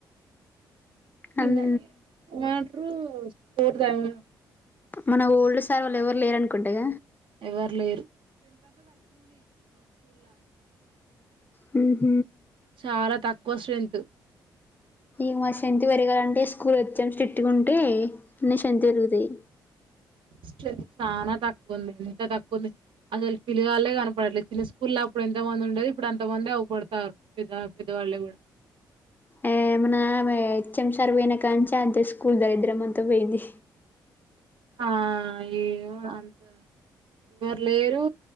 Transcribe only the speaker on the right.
<unintelligible>
వాట్రూ స్పోట్ తాగమను
ఎవర్ లేరు
చాలా తక్కువ స్ట్రెంత్
<inaudible> చానా తక్కువుంది ఎంత తక్కువ ఉంది అసలు పిలుగాల్లే కనపడట్లే చిన్న స్కూల్లో అప్పుడు ఎంత మ ఉండేది ఇప్పుడు అంత మంది అవ్పడతారు పెద్ద పెద్దబళ్ళే గూడ
ఆ ఏమో అంతా వర్ లేరు